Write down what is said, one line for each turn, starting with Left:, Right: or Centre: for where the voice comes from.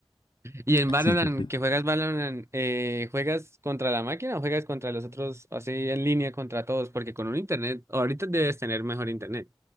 Right: ¿Y en Valorant,
Left: Sí, sí, sí.
Right: que juegas Valorant, eh, juegas contra la máquina o juegas contra los otros, así en línea contra todos? Porque con un internet, ahorita debes tener mejor internet